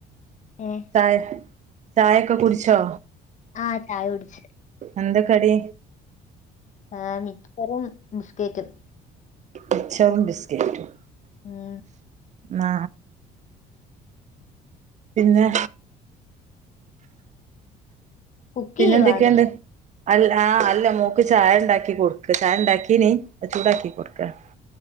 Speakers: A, on the left (about 45°); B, on the right (about 45°).
A: ഏഹ്
B: ചായ ചായൊക്കെ കുടിച്ചോ?
A: ആ ചായുടിച്ച്.
B: എന്താ കടി?
A: ഏഹ് മിച്ചറും ബിസ്കറ്റും.
B: മിച്ചറും ബിസ്കറ്റും.
A: ഉം
B: ആ പിന്നെ
A: കുക്കെയ്യുവാണോ
B: പിന്നെ എന്തൊക്കെണ്ട് അല്ല ആഹ് അല്ല മോക്ക് ചായ ഉണ്ടാക്കി കൊടുക്ക ചായൊണ്ടാക്കിനി അത് ചൂടാക്കി കൊടുക്കാണ്